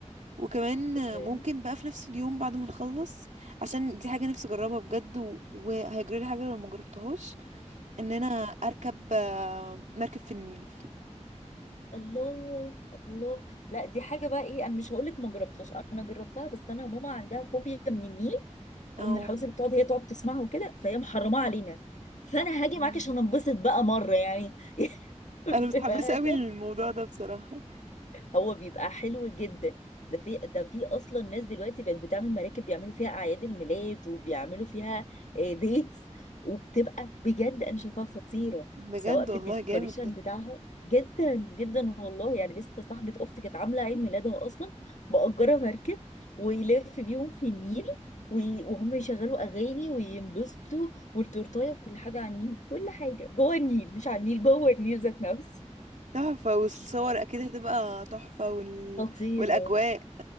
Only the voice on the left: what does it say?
اوكي
الله الله لا دي حاجه بقى ايه انا مش هقول لك ما جربتهاش انا جربتها بس انا ماما عندها فوبيا من النيل
ومن الحوادث اللي بتقعد هي تقعد تسمعها وكده فهي محرمه علينا فانا هاجي
معاك عشان انبسط بقى مره يعني <laughs> بما
أنا
هو بيبقى حلو جدا ده في ده في اصلا ناس دلوقتي بقت بتعمل مراكب بيعملوا فيها اعياد الميلاد وبيعملوا فيها ديتس وبتبقى بجد انا شايفاها خطيره
سواء في
الديكوريشن
بتاعها جدا جدا والله يعني لسه صاحبة اختي كانت عاملة عيد ميلادها اصلا مأجرة مركب ويلف بيهم في النيل وي- وهم يشغلوا اغاني وينبسطوا والتورتايه وكل حاجه على النيل كل حاجه جوه النيل مش على النيل جوه النيل ذات نفسه
خطيره